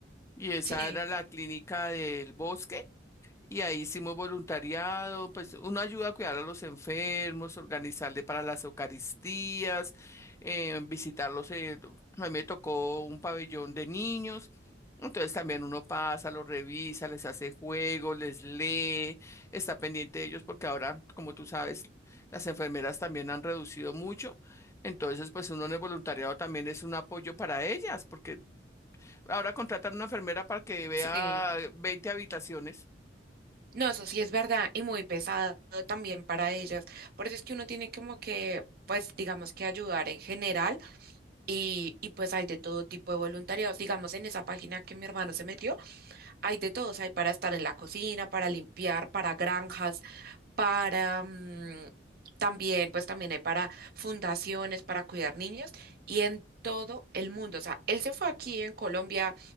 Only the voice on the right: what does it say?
Sí,
sí.
No, eso sí es verdad y muy pesado también para ellas. Por eso es que uno tiene como que, pues, digamos que ayudar en general y, y pues hay de todo tipo de voluntariados. Digamos, en esa página que mi hermano se metió, hay de todos, hay para estar en la cocina, para limpiar, para granjas, para... mm, también, pues también hay para fundaciones, para cuidar niños y en todo el mundo. O sea, él se fue aquí en Colombia